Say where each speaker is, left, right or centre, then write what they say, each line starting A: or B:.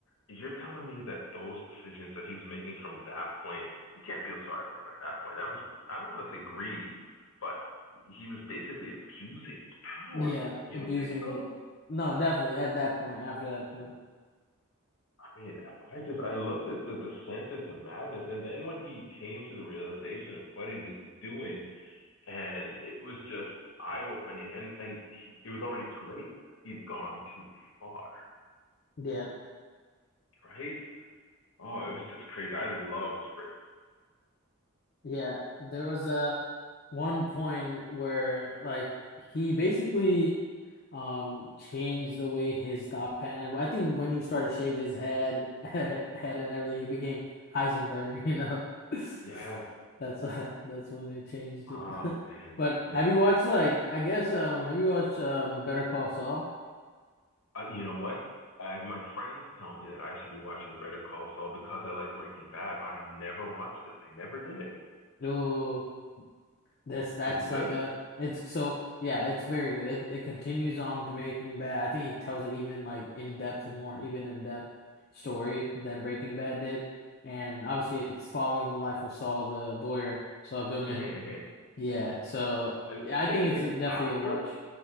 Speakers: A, on the left; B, on the left.
A: You're telling me that those decisions that he was making from that point, you can't feel sorry for him at that point. That was, I don't want to say greed, but he was basically abusing his power.
B: Yeah,
A: You
B: abusing
A: don't think so?
B: it. No, definitely at that point, after that point.
A: I mean, I just, I looked at the descent into madness. And then when he came to the realization of what he was doing, and it was just eye opening. And and he, it was already too late. He'd gone too far,
B: Yeah.
A: right? Oh, it was just crazy. I loved Breaking.
B: Yeah, there was a one point where like he basically um changed the way his thought pattern. I think when he started shaving his head, <laughs> head and everything, he became Heisenberg. You know, <laughs>
A: Yes.
B: that's uh, <laughs> that's when they changed
A: Oh
B: it. <laughs>
A: man.
B: But
A: Oh
B: have
A: man.
B: you watched like I guess um have you watched um Better Call Saul?
A: Uh, you know what? I, my friends tell me that I should be watching Better Call Saul because I like Breaking Bad, but I never watched it. I never did.
B: No. This that's
A: Is it good?
B: like a
A: <laughs>
B: it's so yeah, it's very good. It it continues on Breaking Bad. I think it tells an even like in depth, more even in depth story than Breaking Bad did. And obviously it's following the life of Saul, the lawyer, Saul Goodman.
A: Mm-hmm, mm-hmm.
B: Yeah, so
A: And it
B: yeah, I
A: takes
B: think
A: place
B: it's a, definitely
A: after
B: a watch.